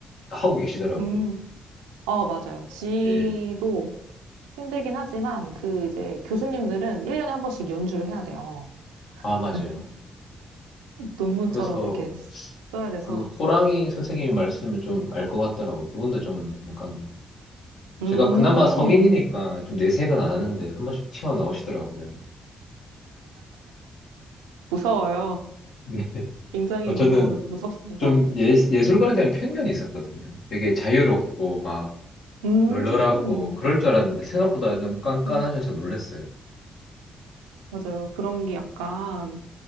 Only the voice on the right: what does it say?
음, 아, 맞아요. 지도
휘 힘들긴 하지만, 그 이제 교수님들은 1년에 한 번씩 연주를 해야 돼요.
<laughs> 논문처럼
이렇게 써야 돼서.
음,
무서워요.
굉장히
무서워, 무섭습니다.
음,
음,
맞아요. 그런 게 약간,